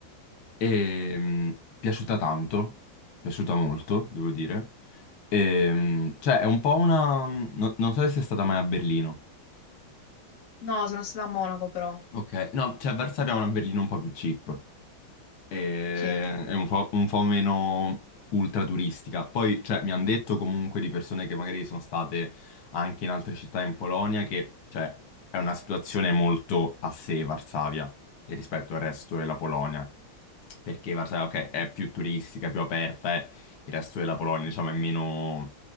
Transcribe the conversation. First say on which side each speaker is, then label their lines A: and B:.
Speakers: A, on the left; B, on the left.
A: E mh, piaciuta tanto, piaciuta molto, devo dire. E, mh, cioè, è un po' una... no- non so se è stata mai a Berlino.
B: No, sono stata a Monaco però.
A: Ok, no, cioè Varsavia è una berlina un po' più cheap. e-
B: Ok. Eh,
A: è un po', un po' meno ultra turistica. Poi, cioè, mi hanno detto comunque di persone che magari sono state anche in altre città in Polonia che, cioè, è una situazione molto a sé Varsavia e rispetto al resto della Polonia. Perché Varsavia, ok, è più turistica, più aperta, e il resto della Polonia, diciamo, è meno,